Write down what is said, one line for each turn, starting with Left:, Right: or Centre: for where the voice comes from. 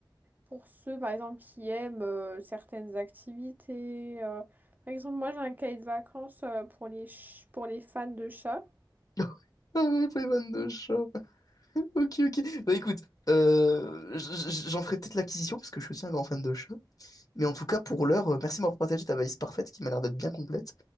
Right: Pour ceux, par exemple, qui aiment euh, certaines activités. euh, par exemple, moi, j'ai un cahier de vacances euh, pour les, ch- pour les fans de chats.
Left: <laughs> Ah ouais, pour les vannes de chat. <laughs> Ok, ok. Bah écoute, euh, j- j- j'en ferai peut-être l'acquisition parce que je suis aussi un grand fan de chat. Mais en tout cas, pour l'heure, euh, merci de m'avoir partagé ta valise parfaite qui m'a l'air d'être bien complète.